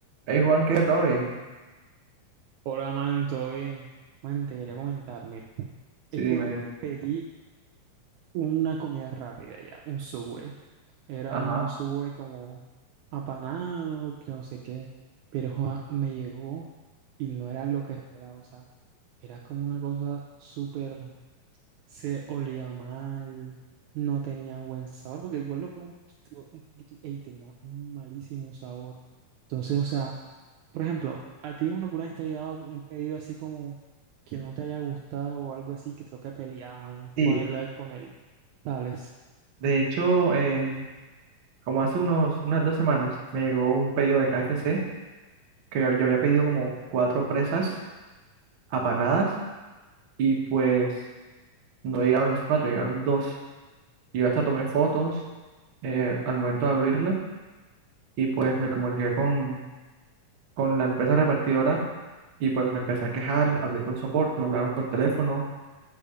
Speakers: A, on the right; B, on the right.
A: Hey Juan, ¿qué? ¿Todo bien?
B: Hola, man, ¿todo bien? Man, te quería comentar, mira,
A: Sí,
B: es
A: dime,
B: que
A: dime.
B: pedí una comida rápida ya, un Subway. Era
A: Ajá.
B: un Subway como apanado, que no sé qué, pero joa, me llegó y no era lo que esperaba, o sea, era como una cosa súper, se olía mal, no tenía buen sabor, porque igual lo probé un poquito, un poquito, y tenía un malísimo sabor. Entonces, o sea, por ejemplo, ¿a ti uno alguna vez te ha llegado un pedido así como que no te haya gustado o algo así que te toca pelear con
A: Sí,
B: el, con el tales?
A: de hecho, em, como hace unos, unas dos semanas me llegó un pedido de KFC que yo, yo había pedido como cuatro presas apanadas y pues no llegaron las cuatro, llegaron dos. Yo hasta tomé fotos eh, al momento de abrirla y pues me comuniqué con, con la empresa repartidora y pues me empecé a quejar, hablé con soporte, me hablaron por teléfono,